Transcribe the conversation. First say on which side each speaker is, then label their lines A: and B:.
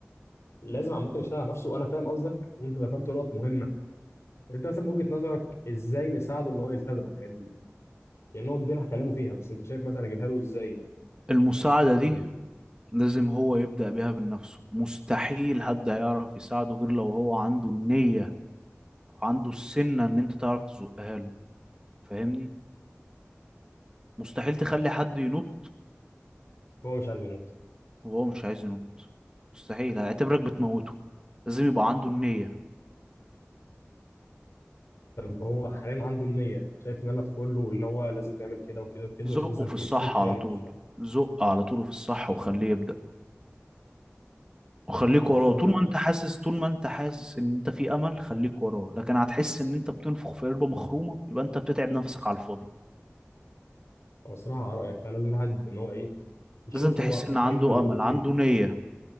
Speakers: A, on the left (about 80°); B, on the right (about 20°).
A: لازم عامه يشتغل على نفسه وانا فاهم قصدك وانت ذكرت نقط مهمه انت مثلا من وجهه نظرك ازاي نساعده ان هو يلتزم الحاجات دي يعني النقط دي انا هكلمه فيها بس انت شايف مثلا اجيبها له ازاي
B: المساعدة دي
A: عشان
B: لازم هو يبدأ بيها من نفسه مستحيل حد هيعرف يساعده غير لو هو عنده النية وعنده السنة ان انت تعرف تزقها له فاهمني مستحيل تخلي حد ينط
A: هو مش عايز ينط
B: وهو مش عايز ينط مستحيل هيعتبرك بتموته لازم يبقى عنده النية
A: طب هو حاليا عنده النيه شايف ان انا ادخل له اللي هو لازم تعمل كده وكده وكده
B: زقه
A: عشان مثلا
B: في
A: في
B: الصح
A: اسلوب تاني
B: على طول
A: في الشغل
B: زق على طول في الصح وخليه يبدأ خليك
A: او
B: وراه
A: الصراحه
B: طول
A: انا
B: ما انت حاسس طول ما انت حاسس ان انت في امل خليك وراه لكن هتحس ان انت بتنفخ في قربة مخرومة يبقى انت بتتعب نفسك على الفاضي
A: او الصراحه على رايك فلازم الواحد ان هو ايه يشوف
B: لازم تحس
A: هو
B: ان عنده
A: هيبذل مجهوده
B: امل
A: في
B: عنده
A: ايه
B: نية